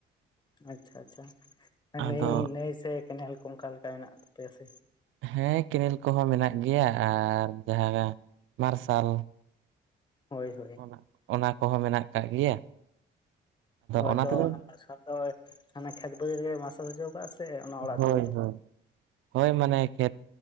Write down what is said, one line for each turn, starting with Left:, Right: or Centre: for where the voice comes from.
Left: ᱟᱪᱪᱷᱟ ᱟᱪᱪᱷᱟ ᱱᱟᱹᱭ
Right: ᱟᱫᱚ
Left: ᱱᱟᱹᱭ ᱥᱮ ᱠᱮᱱᱮᱞ ᱠᱚ ᱚᱱᱠᱟ ᱞᱮᱠᱟ ᱢᱮᱱᱟᱜ ᱛᱟᱯᱮᱭᱟ ᱥᱮ
Right: ᱦᱮᱸ ᱠᱮᱱᱮᱞ ᱠᱚᱦᱚᱸ ᱢᱮᱱᱟᱜ ᱜᱮᱭᱟ ᱟᱨ ᱡᱟᱦᱟᱸ ᱢᱟᱨᱥᱟᱞ
Left: ᱦᱳᱭ ᱦᱳᱭ
Right: ᱚᱱᱟ ᱚᱱᱟ ᱠᱚᱦᱚᱸ ᱢᱮᱱᱟᱜ ᱠᱟᱜ ᱜᱮᱭᱟ᱾
Left: ᱦᱳᱭ
Right: ᱚᱱᱟ
Left: ᱟᱫᱚ
Right: ᱛᱮᱫᱚ
Left: ᱢᱟᱨᱥᱟᱞ ᱫᱚ ᱠᱷᱮᱛ ᱵᱟᱹᱫᱽ ᱜᱮ ᱢᱟᱨᱥᱟᱞ ᱦᱚᱪᱚ ᱟᱠᱟᱫᱼᱟ ᱥᱮ ᱚᱱᱟ ᱚᱲᱟᱜ
Right: ᱦᱳᱭ
Left: ᱫᱩᱣᱟᱹᱨ
Right: ᱦᱳᱭ ᱦᱳᱭ ᱢᱟᱱᱮ ᱠᱷᱮᱛ